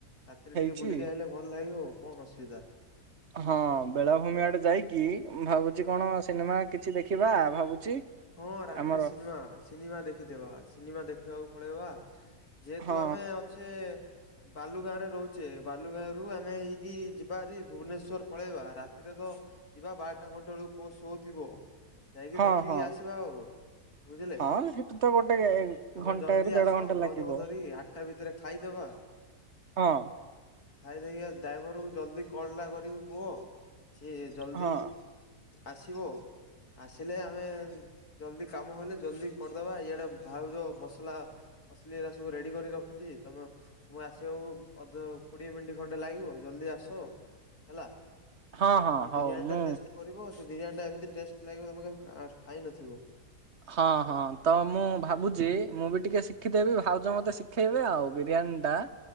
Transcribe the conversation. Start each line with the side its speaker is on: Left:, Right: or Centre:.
Left: ରାତିରେ
Right: ହେଇଛି
Left: ଟିକେ ବୁଲିକି ଆସିଲେ ଭଲ ଲାଗିବ ଆଉ। କଣ ଅସୁବିଧା।
Right: ହଁ ବେଳାଭୂମି ଆଡେ ଯାଇକି, ଭାବୁଛି କଣ ସିନେମା କିଛି ଦେଖିବା। ଭାବୁଛି
Left: ହଁ, ରାତିରେ
Right: ଆମର
Left: ସିନେମା, ସିନେମା ଦେଖିଦବା। ସିନେମା ଦେଖିବାକୁ ପଳେଇବା। ଯେହେତୁ
Right: ହଁ
Left: ଆ ତମେ ଅଛେ ବାଲୁ ଗାଁ ରେ ରହୁଛେ। ବାଲୁଗାଁ ରୁ ଆମେ ହେଇକି ଯିବାର ଭୁବନେଶ୍ଵର ପଳେଇବା ରାତିରେ ତ ଯିବା ବାରଟା ଘଣ୍ଟା ବେଳକୁ କୋ ଶୋ ଥିବ। ଯାଇକି
Right: ହଁ
Left: ଦେଖିକି
Right: ହଁ ହଁ
Left: ଆସିବା ଆଉ। ବୁଝିଲେ।
Right: ହଁ ସେଠୁ ତ ଗୋଟେ
Left: ତମେ
Right: ଘଣ୍ଟାଏ
Left: ଜଲଦି
Right: ରୁ ଦେଢ
Left: ଆସ।
Right: ଘଣ୍ଟା
Left: ଭାଉଜକ
Right: ଲାଗିବ
Left: ଧରି ଆଠଟା ଭିତରେ ଖାଇଦବା ବା।
Right: ହଁ।
Left: ଖାଇଦେଇକି ଡ୍ରାଇଭରକୁ ଜଲ୍ଦି କଲ୍ ଟା କରିକି କୁହ। ସିଏ ଜଲ୍ଦି
Right: ହଁ
Left: ଆସିବ। ଆସିଲେ ଆମେ, ଜଲଦି କାମ ହେଲେ ଜଲଦି କରିଦବା। ଇଆଡେ ଭାଉଯ ଯୋଉ ମସଲା ମସଲି ସବୁ ରେଡି କରି ରଖୁଛି ତମେ, ଆସିବାକୁ ଅଧ କୋଡିଏ ମିନିଟ ଖଣ୍ଡେ ଲାଗିବ। ଜଲଦି ଆସ। ହେଲା।
Right: ହଁ ହଁ
Left: ଆଜି
Right: ହଉ
Left: ବିରିୟାନୀ
Right: ମୁଁ
Left: ଟା ଟେଷ୍ଟ କରିବ। ବିରିୟାନୀ ଟା ଏମିତି ଟେଷ୍ଟ ଲାଗିବ। ତମେ ଖାଇ ନଥିବ।
Right: ହଁ, ହଁ। ତ ମୁଁ ଭାବୁଛି। ମୁଁ ବି ଟିକେ ଶିଖିଦେବି। ଭାଉଜ ମତେ ଶ ଖାଇବେ ଆଉ। ବିରିୟାନୀ ଟା